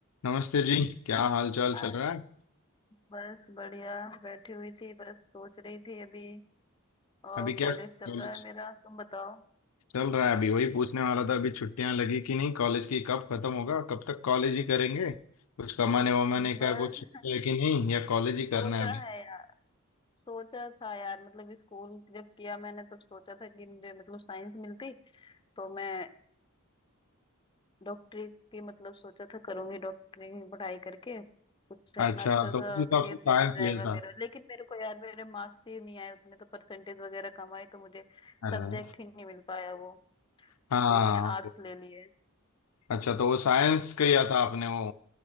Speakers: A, on the left; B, on the left.
A: नमस्ते जी क्या हाल चाल
B: हाय,
A: चल रहा है
B: बस बढ़िया बैठी हुई थी बस सोच रही थी अभी और
A: अभी
B: कॉलेज
A: क्या कॉलेज
B: चल रहा है मेरा तुम बताओ
A: चल रहा है अभी वही पूछने वाला था अभी छुट्टियां लगी कि नहीं कॉलेज की कब खत्म होगा कब तक कॉलेज ही करेंगे कुछ कमाने वमाने
B: बस
A: का कुछ सोचा है कि नहीं या कॉलेज ही
B: सोचा
A: करना है अभी
B: है यार सोचा था यार मतलब स्कूल जब किया मैंने तब सोचा था कि मुझे मतलब साइंस मिलती तो मैं डॉक्टरी की मतलब सोचा था करूंगी डॉक्टरी की पढ़ाई करके कुछ अपना
A: अच्छा
B: अच्छा
A: तो
B: सा
A: उस हिसाब
B: करियर
A: से साइंस
B: सेट हो जाएगा
A: लिया था
B: मेरा लेकिन मेरे को यार मेरे मार्क्स ही नहीं आए उसमें तो परसेंटेज वगैरह कम आई तो मुझे
A: अरे
B: सब्जेक्ट
A: वाह।
B: ही नहीं मिल पाया वो
A: हाँ
B: तो मैंने आर्ट्स
A: वो-
B: ले लिए
A: अच्छा तो वो साइंस किया था आपने वो